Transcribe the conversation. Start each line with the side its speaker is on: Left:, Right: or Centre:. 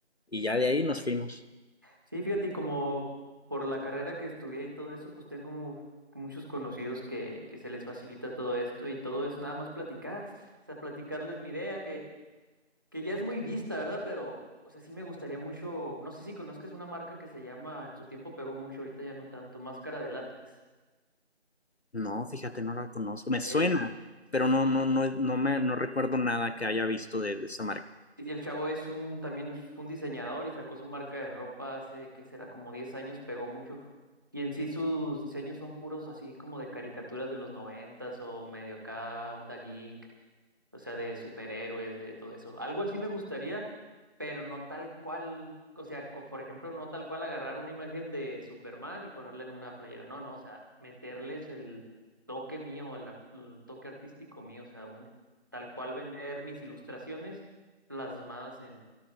Left: y ya de ahí nos fuimos.
Right: Sí, fíjate, y como por la carrera que estudié y todo eso, pues tengo mu- muchos conocidos que, que se les facilita todo esto y todo es nada más platicar, o sea, platicarles mi idea, que, que ya es muy vista, ¿verdad? Pero, o sea, sí me gustaría mucho, no sé si conozcas una marca que se llama, en su tiempo pegó mucho, ahorita ya no tanto, Máscara de Látex.
Left: No, fíjate, no la conozco. Me
Right: Eh,
Left: suena, pero no, no, no, no me, no recuerdo nada que haya visto de, de esa marca.
Right: Sí, el chavo es un, también es- fue un diseñador y sacó su marca de ropa hace, ¿qué será? Como 10 años, pegó mucho. Y en sí sus diseños son puros así como de caricaturas de los noventas o medio acá, onda geek, o sea, de superhéroes, de todo eso. Algo así me gustaría, pero no tal cual, o sea, co- por ejemplo, no tal cual agarrar una imagen de Superman y ponerla en una playera. No, no, o sea, meterles el toque mío, el, ar- el toque artístico mío, o sea, un, tal cual vender mis ilustraciones plasmadas en,